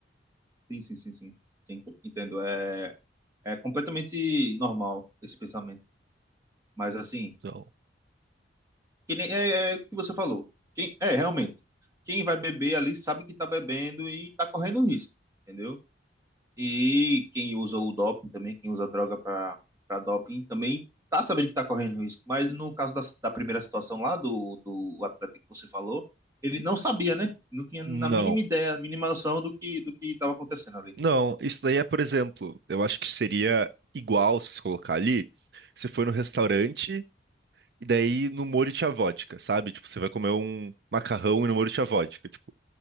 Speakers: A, on the right (about 15°); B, on the right (about 65°).
A: sim, sim, sim, sim. Sim, entendo. É, é completamente normal esse pensamento. Mas assim,
B: Então,
A: que nem é, é o que você falou. Quem, é, realmente. Quem vai beber ali sabe que tá bebendo e tá correndo risco, entendeu? E quem usa o doping também, quem usa a droga para doping, também tá sabendo que está correndo risco. Mas no caso da, da primeira situação lá, do, do atleta que você falou, ele não sabia, né? Não tinha
B: não.
A: na mínima ideia, a mínima noção do que do que estava acontecendo ali.
B: Não, isso daí é, por exemplo, eu acho que seria igual se colocar ali, você foi no restaurante e daí no molho tinha vodka, sabe? Tipo, você vai comer um macarrão e no molho tinha vodka, tipo.